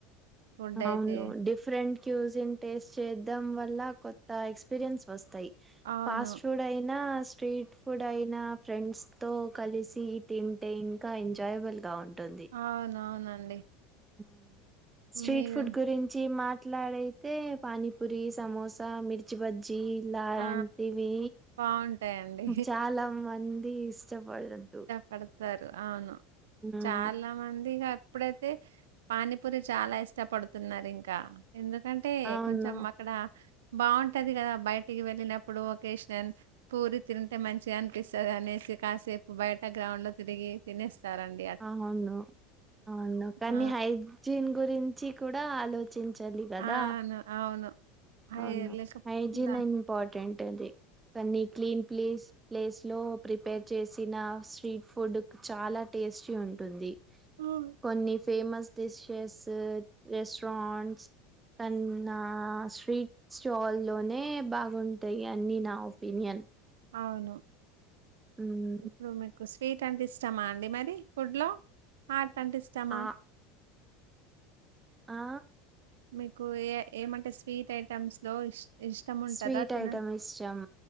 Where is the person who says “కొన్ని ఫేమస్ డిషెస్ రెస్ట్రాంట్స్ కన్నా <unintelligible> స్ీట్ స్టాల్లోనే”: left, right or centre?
Right